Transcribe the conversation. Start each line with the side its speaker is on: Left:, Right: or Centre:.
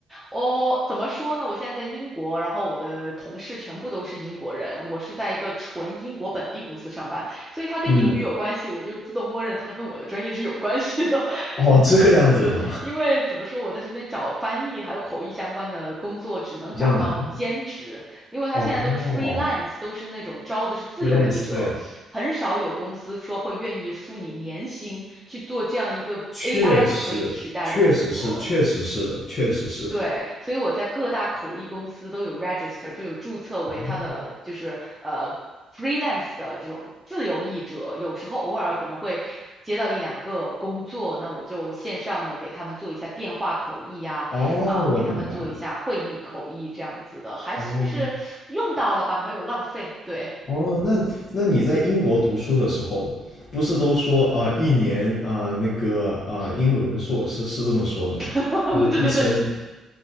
Centre: 哦，怎么说呢？我现在在英国，然后我的同事全部都是英国人，我是在一个纯英国本地公司上班，所以它跟英语有关系，
Left: 嗯，
Centre: 我就自动默认它跟我的专业是有关系的，<laughs>
Left: 哦，
Centre: 嗯。
Left: 这个样子的嘛，
Centre: 因为怎么说，我在这边找翻译还有口译相关的工作，只能找到兼职，
Left: 比较难。
Centre: 因为他现在都是
Left: 哦
Centre: freelance，都是那种招的是自由译者，
Left: ，freelance，对，
Centre: 很少有公司说会愿意付你年薪去做这样一个
Left: 确实，
Centre: AI 就可以取代的工作。
Left: 确实是，确实是的，确实是的。
Centre: 对，所以我在各大口译公司都有 register，就有注册为他的就是呃
Left: 哦
Centre: freelance 的这种自由译者。有时候偶尔可能会接到一两个工作，那我就线上的给他们做一下电话口译呀、
Left: 哦，
Centre: 啊，
Left: 我明白了。
Centre: 给他们做一下会议口译这样子的，还算是用到了吧，
Left: 哦
Centre: 没有浪费。对，
Left: 哦，那那你在英国读书的时候，不是都说啊，一年啊，那个啊，
Centre: 嗯，
Left: 英伦硕士是这么说的吗？
Centre: <laughs>
Left: 就是一生
Centre: 对对对，